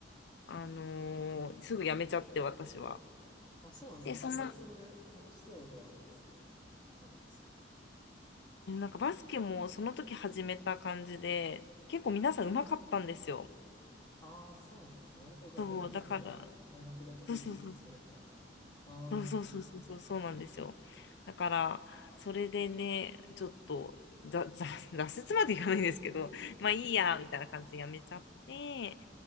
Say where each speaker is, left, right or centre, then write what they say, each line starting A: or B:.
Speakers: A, on the left; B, on the left.
A: あのーすぐ辞めちゃって、私は。
B: あ、そうなんです。
A: で、
B: なんかそれはそれで楽しそうではあるんですけど、
A: そんな、
B: わかんないんですけど。
A: なんかバスケもその時始めた感じで、結構皆さん上手かったんですよ。
B: ああ、そうなんですね。割とじゃあ経験者が大学でも緩く続けるみたいな。
A: そう、だから、そうそうそう
B: ああ、
A: そうそうそうそうそうそうなんですよ。だからそれでねちょっとざざ <laughs> 挫折までいかないんですけど <laughs> まあいいやみたいな感じでやめちゃって